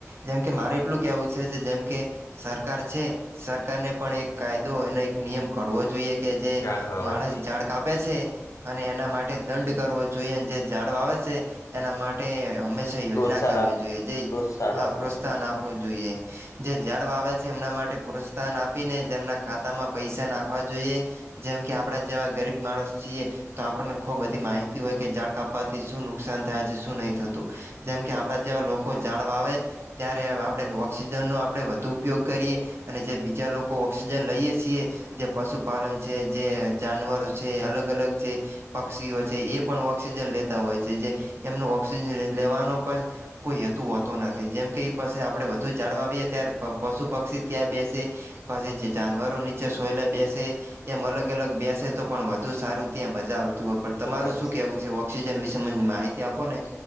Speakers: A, on the right (about 50°); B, on the left (about 75°).
A: જેમ કે મારે એટલું કેવું છે જેમ કે સરકાર છે સરકારને પણ એક કાયદો અને એક નિયમ કડવો જોઈએ. કે જે
B: ઝાડ વાવા
A: માણસ
B: જોઈએ
A: ઝાડ કાપે છે અને એના માટે દંડ કરવો જોઈએ જે ઝાડો આવે છે એના માટે હંમેશા યોજના
B: પ્રોત્સાહન
A: કરવી
B: આપ
A: જોઈએ જે
B: પ્રોત્સાહન
A: હા
B: આપવું
A: પ્રોત્સાહન
B: જોઈએ
A: આપવું જોઈએ. જે જાઝડ વા આવે છે એમના માટે પ્રોત્સાહન આપીને જેમના ખાતામાં પૈસા નાખવા જોઈએ. જેમ કે આપણા જેવા ગરીબ માણસ છીએ તો આપણને ખૂબ બધી માહિતી હોય કે ઝાડ કાપવાથી શું નુકસાન થાય છે શું નહીં થતું જેમ કે
B: હમ
A: આપણા જેવા લોકો જાડ વાવે ત્યારે
B: હમ
A: આપણે ઓઑક્સિજનનો આપણે વધુ ઉપયોગ કરીએ અને જે બીજા લોકો ઓક્સિજન લઈએ છીએ જે પશુપાલન છે જે જાનવર
B: હમ.
A: છે અલગ અલગ જે પક્ષીઓ છે એ પણ ઓક્સિજન લેતા હોય છે જે એમનો ઓક્સિજન લેવાનો પણ કોઈ હેતુ હોતો નથી જેમકે એ પાસે આપણે વધુ ઝાડવા આવીએ ત્યાર પશુ પક્ષી ત્યાં બેસે પછી જે જાનવરો નીચે સોયલે બેસે એમ અલગ અલગ બેસે તો પણ વધુ સારું ત્યાં મજા આવ. ું હોય પણ તમારું
B: વાત
A: શું કેવું છે ઓક્સિજન વિશે માહિતી આપો ને